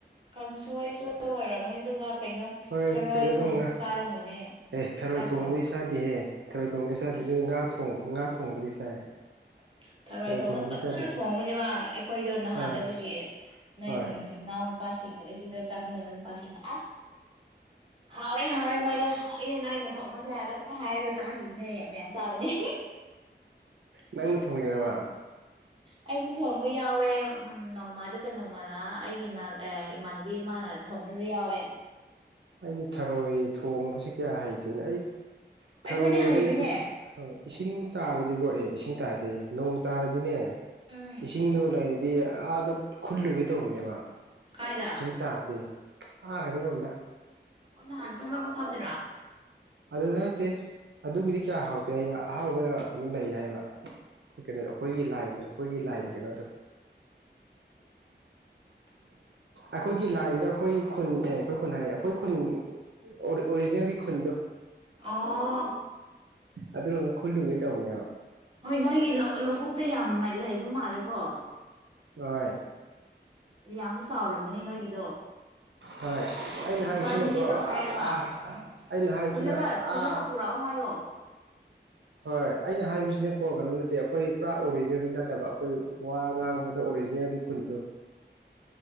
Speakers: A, on the right; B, on the right.
A: ꯀꯥꯡꯁꯣꯏꯁꯨ ꯑꯣꯏꯔꯝꯒꯅꯤ ꯑꯗꯨꯒ ꯀꯩꯅꯣ
B: ꯍꯣꯏ
A: ꯊꯔꯣꯏ
B: ꯀꯩꯅꯣꯗꯣ
A: ꯊꯣꯡꯕꯁꯨ
B: ꯉꯥ
A: ꯆꯥꯔꯝꯒꯅꯤ
B: ꯑꯦ ꯊꯔꯣꯏ
A: ꯆꯥꯗ꯭ꯔꯣ
B: ꯊꯣꯡꯕꯩ ꯆꯥꯗꯤꯦꯍꯦ ꯊꯔꯣꯏ ꯊꯣꯡꯕꯩ ꯆꯗꯤꯦ
A: ꯑꯁ
B: ꯅꯣꯏ ꯉꯥ ꯊꯣꯡ ꯉꯥ ꯉꯥ ꯊꯣꯉꯕꯥ ꯗꯤ ꯆꯥꯏ
A: <inaudible> <inaudible> ꯊꯔꯣꯏ ꯊꯣꯡꯅ
B: ꯊꯣꯡꯕꯗꯤ
A: ꯐꯖꯅ
B: ꯆꯥꯗꯦ
A: ꯊꯣꯡꯕꯅꯦꯕ ꯑꯩꯈꯣꯏꯗꯣ ꯅꯍꯥꯟꯗꯨꯗꯒꯤ
B: ꯑꯥ
A: ꯅꯣꯏ
B: ꯍꯣꯏ
A: ꯏꯅꯥꯎ ꯄꯁꯤꯡ ꯁꯤꯗ ꯆꯥꯃꯤ ꯆ ꯄꯁꯤ ꯑꯦꯁ ꯍꯥꯎꯔꯦ ꯍꯥꯎꯔꯦ ꯃꯣꯏꯅ ꯍꯥꯎꯋꯦꯅꯦ ꯅꯪ ꯑꯩꯅ ꯊꯧꯑꯄꯁꯦ ꯍꯥꯏꯗꯣ ꯁ ꯍꯥꯏꯔꯒ ꯆꯥꯈꯤꯕꯅꯦ ꯌꯥꯝ ꯌꯥꯝ ꯆꯥꯕꯅꯤ
B: ꯅꯪꯅ ꯊꯣꯡꯉꯩ ꯅꯕꯥ
A: ꯑꯩꯁꯨꯦ ꯊꯣꯡꯕ ꯌꯥꯎꯋꯦ ꯎ ꯅꯣꯡꯃ ꯑꯗꯨꯒ ꯅꯣꯡꯃꯅ ꯑꯩꯒꯤ ꯏꯃꯥꯟꯅꯕꯤ ꯏꯃꯥꯅ ꯊꯣꯡ ꯗꯗꯤ ꯌꯥꯋꯦ
B: ꯑꯩꯒꯤ ꯊꯔꯣꯏ ꯊꯣꯡꯕꯕꯁꯤꯦ ꯀꯌꯥ ꯍꯩꯇꯦꯅ ꯑꯩ
A: ꯑꯩꯈꯣꯏꯗꯤ
B: ꯊꯔꯣꯏꯁꯦ
A: ꯍꯩꯕꯅꯦ
B: ꯍꯣꯏ ꯏꯁꯤꯡ ꯇꯥꯔ ꯗꯤꯀꯣ ꯑꯦ ꯏꯁꯤꯡ ꯇꯥꯔꯗꯦ ꯅꯣꯡ ꯇꯥꯔꯗꯤꯅꯦ
A: ꯎꯝ
B: ꯏꯁꯤꯡꯗꯣ ꯂꯩꯔ ꯍꯥꯏꯗꯤ ꯑꯥꯗ ꯈꯨꯜꯂꯨꯒꯦ ꯇꯧꯕꯅꯦꯕ
A: ꯀꯥꯏꯗ
B: ꯏꯁꯤꯡ ꯇꯥꯗꯤꯦ ꯑꯔꯔꯣꯝꯗ
A: ꯑꯣ ꯅꯍꯥꯟ ꯈꯣꯏꯕ ꯑꯃ ꯐꯝꯗꯔꯣ
B: ꯑꯗꯨꯗ ꯅꯠꯇꯦ ꯑꯗꯨꯒꯤꯗꯤ ꯀꯌꯥ ꯍꯥꯎꯇꯦ ꯑꯩ ꯑꯍꯥꯎꯕ ꯀꯩꯅꯣ ꯂꯩ ꯍꯥꯏꯕ ꯑꯩꯈꯣꯏ ꯀꯩꯅꯣꯗꯣ ꯑꯩꯈꯣꯏꯒꯤ ꯂꯥꯏꯟꯗꯣ ꯑꯩꯈꯣꯏꯒꯤ ꯂꯥꯏꯟ ꯀꯩꯅꯣꯗꯣ
A: <inaudible> <inaudible>
B: ꯑꯩꯈꯣꯏꯒꯤ ꯂꯥꯏꯟꯗ ꯑꯩꯈꯣꯏ ꯈꯨꯟ ꯑꯦ ꯑꯩꯈꯣꯏ ꯈꯨꯟ ꯍꯥꯏꯌꯦ ꯑꯩꯈꯣꯏ ꯈꯨꯟ ꯑꯣꯔꯤꯖꯅꯦꯜ ꯀ ꯈꯨꯟꯗ
A: ꯑꯣ
B: ꯑꯗꯨꯅ ꯈꯣꯂꯤ ꯏ ꯍꯅꯤ
A: ꯍꯣꯏ ꯅꯣꯏꯒꯤ ꯂꯧꯕꯨꯇ ꯌꯥꯝ ꯂꯩꯕ ꯃꯥꯜꯂꯦꯀꯣ
B: ꯍꯣꯏ
A: ꯑꯗꯨ ꯌꯥꯝꯁꯨ ꯆꯥꯎꯔꯝꯒꯅꯤ ꯅꯣꯏꯒꯤꯗꯣ
B: ꯍꯣꯏ ꯑꯩꯅ ꯍꯥꯏꯕꯁꯤꯅꯀꯣ
A: ꯑꯁ ꯆꯥꯅꯤꯡꯉꯦꯗꯣ
B: ꯑꯥ
A: ꯍꯥꯏꯔꯒ
B: ꯑꯩꯅ ꯍꯥꯏꯕꯁꯤꯅ
A: ꯈꯣꯜꯂꯒ
B: ꯑꯥ
A: ꯈꯣꯜꯂꯒ ꯄꯨꯔꯛꯑꯣ ꯍꯥꯏꯣ
B: ꯍꯣꯏ ꯑꯩꯅ ꯍꯥꯏꯕꯁꯤꯅꯀꯣ ꯀꯩꯅꯣ ꯅꯠꯇꯦ ꯑꯩꯈꯣꯏ ꯄꯨꯔꯥ ꯑꯣꯔꯤꯖꯤꯅꯦꯜꯗ ꯅꯠꯇꯦ ꯐꯠꯇꯕ ꯑꯩꯈꯣꯏ ꯋꯥ ꯉꯥꯡꯕꯗ ꯑꯣꯔꯤꯖꯤꯅꯦꯜꯒꯤ ꯈꯨꯟꯗꯨ